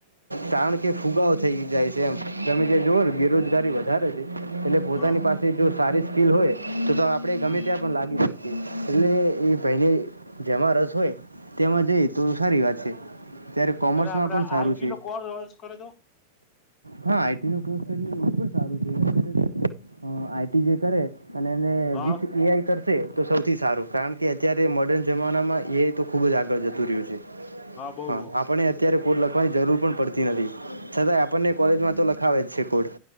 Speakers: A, on the right; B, on the left.
A: કારણ કે ફુગાવો થઈ જાય છે એમ તમે જે જોઓ ને બેરોજગારી વધારે છે. એટલે પોતાની
B: હા
A: પાસે જો સારી સ્કીિલ હોય તો તો આપડે ગમે
B: હમ
A: ત્યાં પણ લાગી શકે. એટલે એ ભાઈને જેમાં રસ હોય તેમાં જઈ તો સારી વાત છે. અત્યારે કોમર્સમાં
B: અને આપડે
A: પણ સારું
B: આઈટી
A: છે.
B: નો કોર્સ કરે તો
A: હા આઈટીનો કોર્સ કરી એ ખુબજ સારું છે અત્યારે આઈટી જે કરે. અને એને
B: હા
A: વિથ એઆઈ તરફ તે તો સૌથી સારું કારણ કે અત્યારે મોર્ડર્ન જમાનામાં એ તો ખુબ જ આગળ જતું રહ્યું છે.
B: બઉ
A: હા
B: બઉ
A: આપણે અત્યારે કોડ લખવાની જરૂર પણ પડતી નથી. છતા આપણને કોલેજમાં તો લખાવે જ છે કોડ